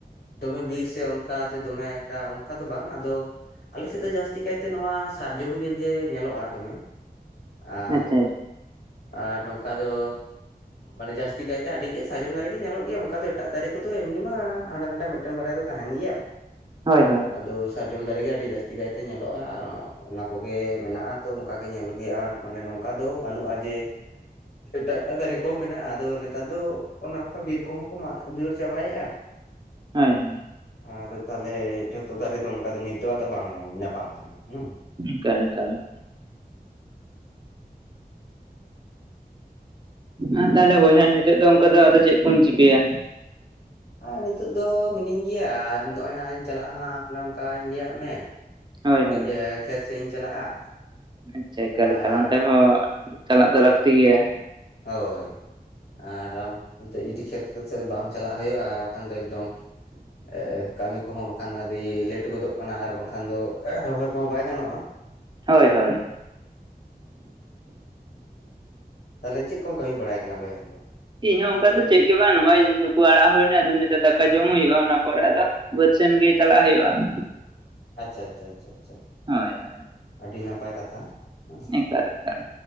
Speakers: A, on the left; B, on the right.
A: ᱫᱚᱢᱮ ᱵᱤᱨ ᱥᱮ ᱚᱱᱠᱟ ᱥᱮ ᱫᱚᱢᱮ ᱮᱠᱴᱟ ᱚᱱᱠᱟ ᱫᱚ ᱵᱟᱝ ᱟᱫᱚ ᱟᱞᱮᱥᱮᱫ ᱫᱚ ᱡᱟᱹᱥᱛᱤ ᱠᱟᱭᱛᱮ ᱱᱚᱣᱟ ᱥᱟᱨᱡᱚᱢ ᱵᱤᱨ ᱜᱮ ᱧᱮᱞᱚᱜᱼᱟ ᱫᱚᱢᱮ᱾ ᱟᱨ
B: ᱟᱪᱪᱷᱟ
A: ᱟᱨ ᱱᱚᱝᱠᱟ ᱫᱚ ᱢᱟᱱᱮ ᱡᱟᱹᱥᱛᱤ ᱠᱟᱭᱛᱮ ᱟᱹᱰᱤ ᱜᱮ ᱥᱟᱨᱡᱚᱢ ᱫᱟᱨᱮ ᱜᱮ ᱧᱮᱞᱚᱜ ᱜᱮᱭᱟ ᱚᱱᱠᱟ ᱫᱚ ᱮᱴᱟᱜ ᱫᱟᱨᱮ ᱠᱚᱫᱚ ᱮᱢᱱᱤ ᱢᱟ ᱦᱟᱸᱰᱮ ᱱᱟᱰᱮ ᱢᱮᱫ ᱴᱮᱱ ᱵᱟᱨᱭᱟ ᱫᱚ ᱛᱟᱦᱮᱸᱱ ᱜᱮᱭᱟ᱾
B: ᱦᱳᱭ ᱦᱳᱭ᱾
A: ᱟᱫᱚ ᱥᱟᱨᱡᱚᱢ ᱫᱟᱨᱮᱜᱮ ᱟᱹᱰᱤ ᱡᱟᱹᱥᱛᱤ ᱠᱟᱭᱛᱮ ᱧᱮᱞᱚᱜᱼᱟ ᱚᱱᱟ ᱠᱚᱜᱮ ᱢᱮᱱᱟᱜᱼᱟ ᱛᱚ ᱚᱱᱠᱟᱜᱮ ᱧᱮᱞ ᱟᱜᱩᱭ ᱦᱩᱭᱩᱜᱼᱟ ᱟᱨ ᱢᱟᱱᱮ ᱱᱚᱝᱠᱟ ᱫᱚ ᱵᱟᱹᱱᱩᱜᱼᱟ ᱡᱮ ᱮᱴᱟᱜ ᱮᱴᱟᱜ ᱫᱟᱨᱮ ᱠᱚᱦᱚᱸ ᱢᱮᱱᱟᱜᱼᱟ ᱟᱫᱚ ᱱᱮᱛᱟᱨ ᱫᱚ ᱚᱱᱮ ᱚᱱᱠᱟ ᱵᱤᱨ ᱠᱚᱦᱚᱸ ᱠᱚ ᱢᱟᱜ ᱩᱫᱟᱹᱲ ᱪᱟᱵᱟᱭᱮᱼᱟ, <inaudible>
B: ᱦᱳᱭ ᱦᱳᱭ᱾
A: ᱟᱫᱚ ᱛᱟᱦᱚᱞᱮ ᱡᱷᱚᱛᱚ ᱫᱟᱨᱮ ᱫᱚ ᱚᱱᱠᱟ ᱱᱤᱛ ᱫᱚ ᱟᱫᱚ ᱵᱟᱝ ᱧᱟᱯᱟᱢ ᱠᱟᱱᱟ ᱦᱩᱸ᱾
B: ᱮᱠᱟᱞ ᱮᱠᱟᱞᱚ᱾ ᱢᱟ ᱛᱟᱦᱚᱞᱮ ᱵᱚᱭᱦᱟ ᱱᱤᱛᱚᱜ ᱫᱚ ᱚᱱᱠᱟ ᱫᱚ ᱟᱫᱚ ᱪᱮᱫ ᱠᱚᱢ ᱪᱤᱠᱟᱹᱭᱟ?
A: ᱟᱨ ᱱᱤᱛᱚᱜ ᱫᱚ ᱢᱤᱱᱟᱹᱧ ᱜᱮᱭᱟ ᱟᱨ ᱱᱚᱸᱜᱼᱚᱭ ᱦᱟᱸᱜ ᱤᱧ ᱪᱟᱞᱟᱜᱼᱟ ᱦᱟᱸᱜ ᱚᱱᱮ ᱚᱱᱠᱟᱧ ᱞᱟᱹᱭᱟᱫ ᱢᱮ᱾
B: ᱦᱳᱭ
A: ᱠᱟᱹᱡ
B: ᱦᱳᱭ
A: ᱮ ᱠᱷᱮᱛ ᱥᱮᱫ ᱤᱧ ᱪᱟᱞᱟᱜᱼᱟ᱾
B: ᱟᱪᱪᱷᱟ ᱮᱠᱟᱞ
A: ᱟᱨ
B: ᱮᱠᱟᱞ ᱚᱱᱛᱮ ᱦᱚᱸ ᱪᱟᱞᱟᱜ ᱫᱚ ᱞᱟᱜᱛᱤ ᱜᱮᱭᱟ᱾
A: ᱦᱳᱭ᱾ ᱟᱨ ᱟᱢ ᱱᱤᱛᱚᱜ ᱡᱩᱫᱤ ᱠᱷᱮᱛ ᱠᱚ ᱥᱮᱫ ᱵᱟᱝ ᱪᱟᱞᱟᱜ ᱦᱩᱭᱩᱜᱼᱟ ᱵᱟᱠᱷᱟᱱ ᱫᱚ ᱮᱠᱫᱚᱢ ᱮ ᱠᱟᱹᱢᱤ ᱠᱚᱦᱚᱸ ᱵᱟᱠᱷᱟᱱ ᱟᱹᱰᱤ ᱞᱮᱴ ᱜᱚᱫᱚᱜ ᱠᱟᱱᱟ ᱟᱨ ᱵᱟᱝᱠᱷᱟᱱ ᱫᱚ ᱨᱚᱦᱚᱭ ᱠᱚᱦᱚᱸ ᱵᱟᱭ ᱜᱟᱱᱚᱜᱼᱟ᱾ <inaudible>
B: ᱦᱳᱭ ᱦᱳᱭ᱾
A: ᱛᱟᱦᱚᱞᱮ ᱪᱮᱫ ᱠᱚᱢ ᱠᱟᱹᱢᱤ ᱵᱟᱲᱟᱭ ᱠᱟᱱᱟ ᱵᱚᱭᱦᱟ ᱟᱢ ᱫᱚ?
B: ᱤᱧ ᱦᱚᱸ ᱚᱱᱠᱟ ᱫᱚ ᱪᱮᱫ ᱜᱮ ᱵᱟᱝ ᱱᱚᱜᱚᱭ ᱱᱩᱠᱩ ᱟᱲᱟᱜ ᱦᱩᱭ ᱮᱱᱟ ᱟᱫᱚ ᱱᱤᱛᱚᱜ ᱫᱟᱠᱟ ᱡᱚᱢ ᱦᱩᱭᱩᱜ-ᱟ ᱾ ᱚᱱᱟ ᱯᱚᱨᱮ ᱟᱫᱚ ᱵᱟᱹᱫ ᱥᱮᱱ ᱜᱮ ᱪᱟᱞᱟᱜ ᱦᱩᱭᱩᱜ-ᱟ ᱾
A: ᱟᱪᱪᱷᱟ ᱟᱪᱷᱟ ᱟᱪᱪᱷᱟ ᱟᱪᱪᱷᱟ ᱾
B: ᱦᱳᱭ ᱦᱳᱭ ᱾
A: ᱟᱹᱰᱤ ᱱᱟᱯᱟᱭ ᱠᱟᱛᱷᱟ ᱦᱮᱸ ᱾
B: ᱮᱠᱟᱞ ᱮᱠᱟᱞ